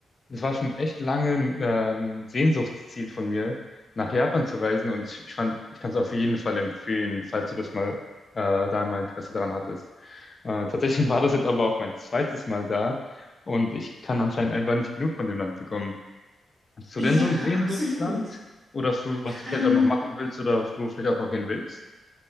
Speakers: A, on the left (about 30°); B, on the right (about 20°).
A: das war schon echt lange ein, äh, ein Sehnsuchtsziel von mir, nach Japan zu reisen. Und ich, ich fand, ich kann es auf jeden Fall empfehlen, falls du das mal, äh, da mal Interesse daran hattest. Äh, tatsächlich <laughs> war das jetzt aber auch mein zweites Mal da und ich kann anscheinend einfach nicht genug von dem Land bekommen. Hast du
B: Ja,
A: denn so ein Sehnsuchtsland?
B: absolut.
A: Oder wo- was du
B: Ähm,
A: vielleicht auch noch machen willst oder wo du vielleicht auch noch hin willst?